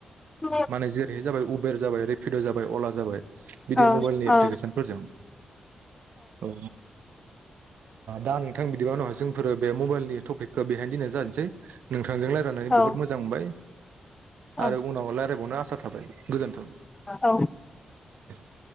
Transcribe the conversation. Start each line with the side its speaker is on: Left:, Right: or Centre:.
Left: औ
Right: माने जेरैहाय जाबाय उबेर। जाबाय रिफिद' जाबाय अला जाबाय बिदि
Left: औ
Right: मबाइलनि
Left: औ
Right: एप्लिकेसनफोरजों औ दा नोंथां बिदिबा उनाव जोंफोरो बे मबाइलनि टपिकखौ बेहायनो दोननाय जानोसै नों थांजों रायनानै
Left: औ
Right: बुहुत मोजां मोनबाय।
Left: औ
Right: आरो उनाव राय्लायबावनो आसा थाबाय। गोजोन्थोग
Left: औ
Right: <inaudible>